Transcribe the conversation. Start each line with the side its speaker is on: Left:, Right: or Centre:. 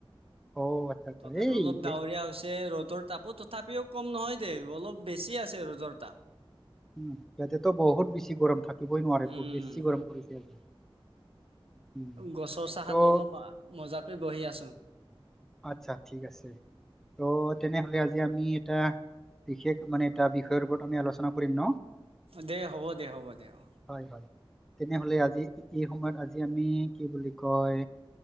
Centre: অ আচ্ছা আচ্ছা
Right: তথাপিও
Centre: এই
Right: অলপ
Centre: ইয়ে-
Right: ডাৱৰীয়া হৈছে ৰ'দৰ তাপো তথাপিও কম নহয় দেই অলপ বেছি আছে ৰ'দৰ তাপ
Centre: উ ইয়াতেতো বহুত বেছি গৰম থাকিবই নোৱাৰে
Right: উম
Centre: বহুত বেছি গৰম পৰিছে আজি উম
Right: গছৰ চাহত
Centre: ত'
Right: অলপ মজা কৰি বহি আছো।
Centre: আচ্ছা ঠিক আছে ত' তেনেহলে আজি আমি এটা বিশেষ মানে এটা বিষয়ৰ ওপৰত আমি আলোচনা কৰিম ন।
Right: দে হ'ব দে হ'ব দে অ
Centre: হয় হয় তেনেহলে আজি এই সময়ত আজি আমি কি বুলি কয়